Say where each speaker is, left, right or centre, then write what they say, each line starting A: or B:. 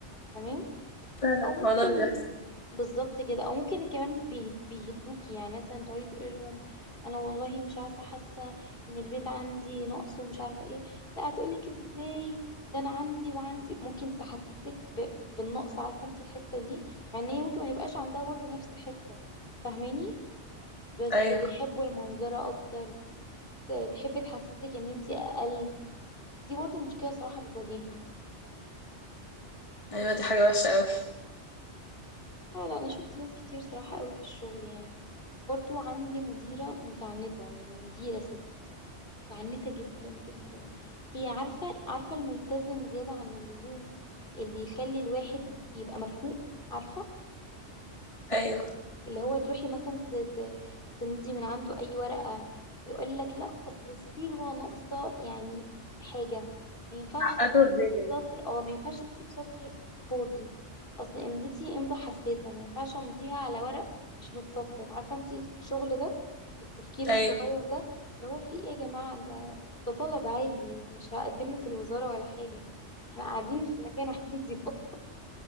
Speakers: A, on the left; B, on the left.
A: تمام
B: فعلا
A: او ممكن
B: هو ده اللي بيحصل
A: ي... بالظبط كده او ممكن كمان بيه- بيهدوكي يعني مثلا تقعدي تقولي لهم انا والله مش عارفه حاسه ان البيت عندي نقص ومش عارفه ايه لا هتقولك ازاي ده انا عندي وعندي ممكن تحسسك ب... بالنقص عارفه انت الحته دي مع ان هي ممكن ما يبقاش عندها برضو نفس الحته فاهماني بس
B: أيوه
A: بيحبوا المنظره اكتر ت- تحب تحسسك ان انت اقل دي برضو مشكله صراحه بتواجهني
B: أيوه دي حاجة وحشة أوي
A: لا لا انا شفت ناس كتير صراحة قوي في الشغل يعني برضو عندي مديرة متعنتة يعني مديرة ست متعنتة جدا جدا هي عارفة عارفة الملتزم زيادة عن اللزوم اللي يخلي الواحد يبقى مخنوق عارفة
B: أيوه
A: اللي هو تروحي مثلا ت- ت- تمضي من عنده اي ورقة يقول لك لا اصل الصيغة ناقصة يعني حاجة ما ينفعش
B: عقدوا
A: تسيب
B: الدنيا
A: سطر او ما ينفعش تسيب سطر فاضي اصل امضتي امضة حساسة ما ينفعش امضيها على ورق مش متسطر عارفة انت الشغل ده التفكير الصغير
B: أيوه
A: ده اللي هو فيه ايه يا جماعة ده ده طلب عادي يعني مش هقدمه في الوزارة ولا حاجة احنا قاعدين في مكان عادي <laughs>